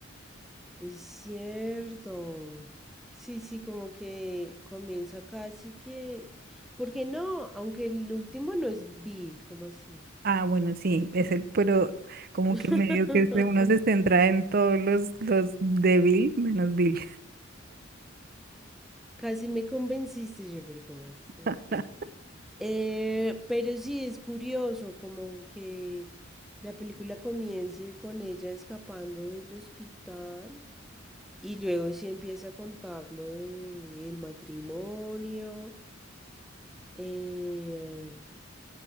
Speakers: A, in the centre; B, on the right.
A: Es cierto. Sí, sí, como que comienza casi que... porque no? Aunque el último no es Bill, ¿cómo así?
B: Ah, bueno, sí, es el, pero como
A: <laughs>
B: que medio que se- uno se centra en todos los, los de Bill, menos Bill.
A: Casi me convenciste yo, pero ¿cómo así?
B: <laughs>
A: Eh, pero sí, es curioso, como que la película comience con ella escapando del hospital y luego sí empieza a contar lo del matrimonio. eh,